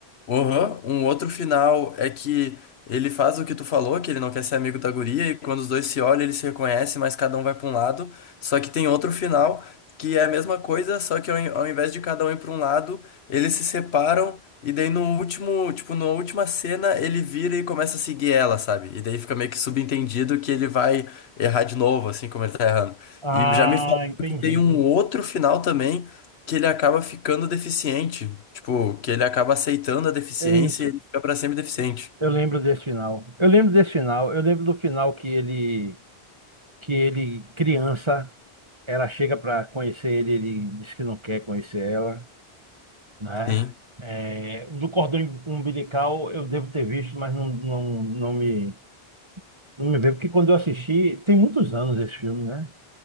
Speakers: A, on the left (about 75°); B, on the right (about 25°).
A: Uhum. Um outro final é que ele faz o que tu falou, que ele não quer ser amigo da guria, e quando os dois se olham, eles se reconhecem, mas cada um vai pra um lado. Só que tem outro final que é a mesma coisa, só que ao in- ao invés de cada um ir pra um lado, eles se separam, e daí no último, tipo, na última cena, ele vira e começa a seguir ela, sabe? E daí fica meio que subentendido que ele vai errar de novo, assim como ele tá errando.
B: Ah,
A: E já me falaram
B: entendi.
A: que tem um outro final também que ele acaba ficando deficiente. Tipo, que ele acaba aceitando a deficiência
B: É isso.
A: e ele fica pra sempre deficiente.
B: Eu lembro desse final. Eu lembro desse final. Eu lembro do final que ele, que ele criança, ela chega para conhecer ele, ele diz que não quer conhecer ela, né?
A: Sim.
B: É, do cordão umbilical eu devo ter visto, mas não, não, não me, não me veio, porque quando eu assisti, tem muitos anos esse filme, né?